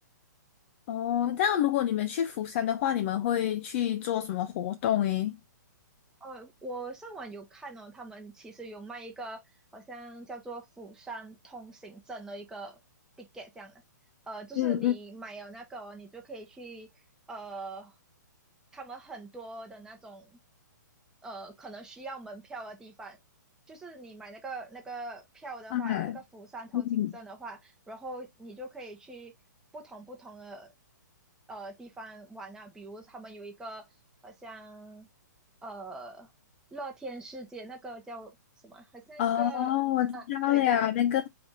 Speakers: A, on the left (about 40°); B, in the centre.
A: 哦，这样如果你们去釜山的话，你们会去做什么活动诶？
B: 呃，我上网有看哦，他们其实有卖一个好像叫做釜山通行证的一个 ticket 这样的，呃，就是你买了那个哦你就可以去呃，
A: 嗯嗯，
B: 他们很多的那种呃，可能需要门票的地方，就是你买那个那个票的话，
A: 哎，
B: 这个釜山通行证的话，
A: 嗯，
B: 然后你就可以去不同不同的呃地方玩啊，比如他们有一个好像呃乐天世界那个叫什么，好像一个啊，
A: 哦，我知道了呀，
B: 对对
A: 那个